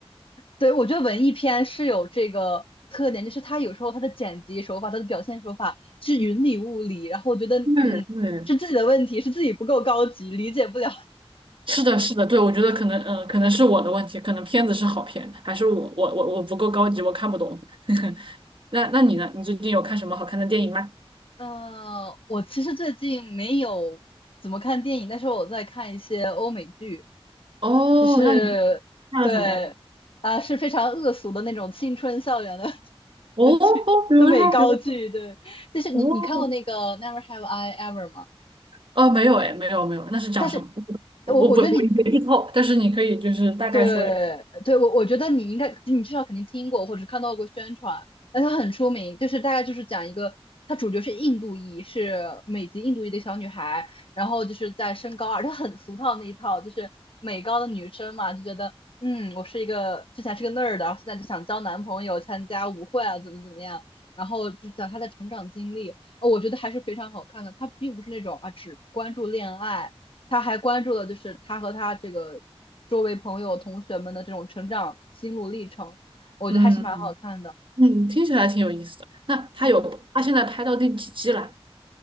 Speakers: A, on the left; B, on the right.
A: 对，我觉得文艺片是有这个特点，就是它有时候它的剪辑手法、它的表现手法是云里雾里，然后我觉得，
B: 嗯嗯，
A: 嗯，是自己的问题，是自己不够高级，理解不了。<laughs>
B: 是的，是的，对，我觉得可能，嗯、呃可能是我的问题，可能片子是好片，还是我我我我不够高级，我看不懂。<laughs> 那那你呢？你最近有看什么好看的电影吗？
A: 嗯、我其实最近没有怎么看电影，但是我在看一些欧美剧，
B: 哦，
A: 就是对，
B: 那你看了什么呀？
A: 啊，是非常恶俗的那种青春校园的 <laughs>
B: 哦哦，
A: 的
B: 比如说，
A: 的美高剧，
B: 比如说，
A: 对，就是你你看过那个《Never
B: 哦
A: Have I Ever》吗？
B: 哦，没有哎，没有没有，那是讲什么？
A: 但是
B: 我我不我也没剧透，
A: 我我觉得你
B: 但是你可以就是大概说一说，
A: 对对，我我觉得你应该，你至少肯定听过或者看到过宣传，但它很出名，就是大概就是讲一个，它主角是印度裔，是美籍印度裔的小女孩，然后就是在升高二，她很俗套那一套，就是美高的女生嘛，就觉得嗯，我是一个之前是个 nerd，然后现在就想交男朋友，参加舞会啊，怎么怎么样，然后就讲她的成长经历，呃我觉得还是非常好看的，她并不是那种啊只关注恋爱。她还关注了就是她和她这个周围朋友、同学们的这种成长心路历程，我觉得还是蛮好看的。
B: 嗯嗯，听起来挺有意思的。那他有他现在拍到第几季了？
A: 嗯，